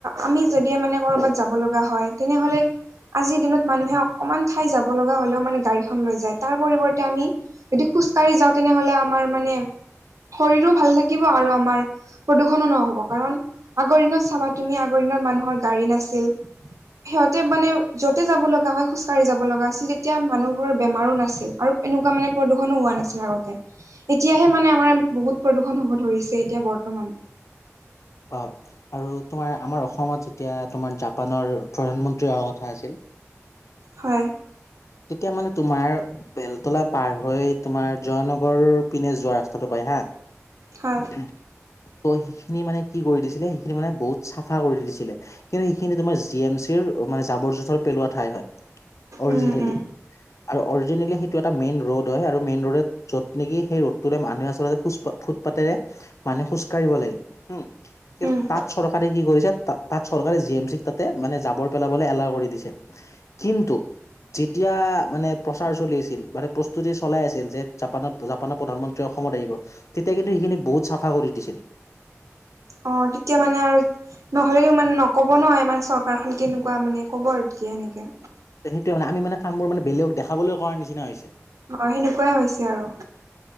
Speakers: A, on the right; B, on the left.
A: আমি যদি মানে কৰবাত যাব লগা হয়, তেনেহলে আজিৰ দিনত মানুহে অকণমান ঠাই যাব লগা হ'লেও মানে গাড়ীখন লৈ যায়, তাৰ পৰিৱৰ্তে আমি যদি খোজকাঢ়ি যাওঁ তেনেহলে আমাৰ মানে, শৰীৰো ভাল থাকিব আৰু আমাৰ প্ৰদূষণো নহ'ব, কাৰণ আগৰ দিনত চাবা তুমি আগৰ দিনত মানুহৰ গাড়ী নাছিল। সিহঁতে মানে যতে যাব লগা হয় খোজকাঢ়ি যাব লগা আছিল, তেতিয়া মানুহ বোৰৰ বেমাৰো নাছিল। আৰু এনেকুৱা মানে প্ৰদূষণো হোৱা নাছিল আগতে। এতিয়াহে মানে আমাৰ বহুত প্ৰদূষণ হ'ব ধৰিছে, এতিয়া বৰ্তমান।
B: অ'। আৰু তোমাৰ, আমাৰ অসমত যেতিয়া তোমাৰ জাপানৰ প্ৰধানমন্ত্ৰী অহা কথা আছিল
A: হয়।
B: তেতিয়া মানে তোমাৰ বেলতলা পাৰ হৈ তোমাৰ জয়ানগৰ পিনে যোৱা ৰাস্তাটো পাই হা।
A: হয়।
B: <inaudible> ত' সেইখিনি মানে কি কৰি দিছিলে সেইখিনি মানে বহুত চাফা কৰি দিছিলে, কিন্তু সেইখিনি তোমাৰ জি এম চি চিৰ মানে জাবৰ-জোঁথৰ পেলোৱা ঠাই হয় অৰিজিনেলি।
A: উম উম
B: আৰু অৰিজিনেলি সেইটো এটা মেইন ৰোড হয়, আৰু মেইন ৰোডত য'ত নেকি সেই ৰোডটোৰে মানুহে আচলতে ফুট ফুটপাতেৰে মানুহ খোজ কঢ়িব লাগে, উম কিন্তু
A: উম
B: তাত চৰকাৰে কি কৰিছে তাত তাত চৰকাৰে জি এম চি তাতে মানে জাবৰ পেলাবলৈ এলাও কৰি দিছে, কিন্তু এতিয়া মানে প্ৰচাৰ চলি আছিল, মানে প্ৰস্তুতি চলাই আছিল যে জাপানত জাপানৰ প্ৰধানমন্ত্ৰী অসমত আহিব, তেতিয়া কিন্তু সেইখিনি বহুত চাফা কৰি দিছিল।
A: অ', তেতিয়া মানে আৰু নহ'লেও মানে নক'ব নহয়, ই আমাৰ চৰকাৰখন কেনেকুৱা মানে ক'ব আৰু তেতিয়া এনেকে।
B: সেইটোৱে মানে, আমি মানে কামবোৰ মানে বেলেগক দেখাবলৈ কৰাৰ নিচিনা হৈছে।
A: হয়, সেনেকুৱাই হৈছে আৰু।